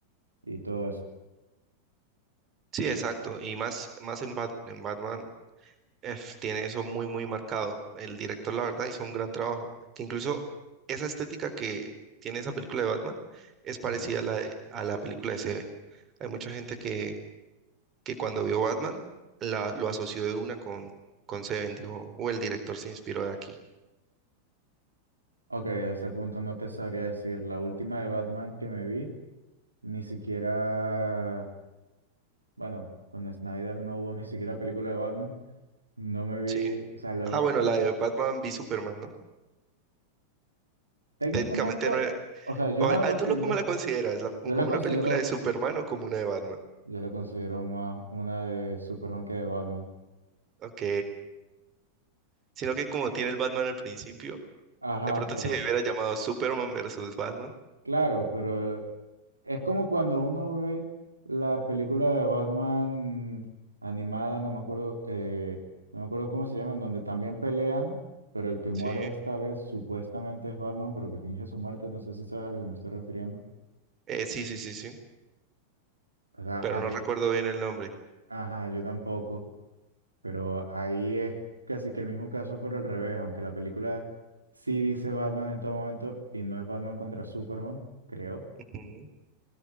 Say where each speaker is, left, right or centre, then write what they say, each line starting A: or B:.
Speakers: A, on the right; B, on the right.
A: y todo eso.
B: Sí, exacto. Y más, más en Bat- en Batman. F, tiene eso muy, muy marcado. El director, la verdad, hizo un gran trabajo. Que incluso esa estética que tiene esa película de Batman es parecida
A: Ujú.
B: a la de, a la película de Seven. Hay mucha gente que, que cuando vio Batman la, lo asoció de una con, con Seven. Dijo, o el director se inspiró de aquí.
A: Ok, a ese punto no te sabría decir. La última de Batman que me vi, ni siquiera, bueno, con Snyder no hubo <laughs> ni siquiera película de Batman. No me vi,
B: Sí.
A: o sea, la
B: Ah,
A: última,
B: bueno, la de Batman v Superman, ¿no?
A: técnicamente,
B: Técnicamente no era...
A: o sea, yo
B: o-
A: no la
B: ah,
A: considero,
B: ¿Tú lo cómo la consideras? ¿La-
A: yo
B: como
A: la considero,
B: una película de Superman o como una de Batman?
A: yo la considero más una de Superman que de Batman.
B: Ok. Sino que como tiene el Batman al principio.
A: Ajá,
B: De pronto
A: pero,
B: si hubiera llamado Superman versus Batman.
A: Claro, pero es como cuando uno ve la película de Batman animada, no me acuerdo, eh, no me acuerdo cómo se llama, en donde también pelean, pero el que muere
B: Sí.
A: esta vez supuestamente es Batman, pero que finge su muerte, no sé si sabes a lo que me estoy refiriendo.
B: Eh, sí, sí, sí, sí.
A: O sea,
B: Pero
A: ahí-
B: no recuerdo bien el nombre.
A: ajá, yo tampoco, pero ahí es casi que el mismo caso, pero al revés, aunque la película sí dice Batman en todo momento y no es Batman contra Superman, creo.
B: Ujú.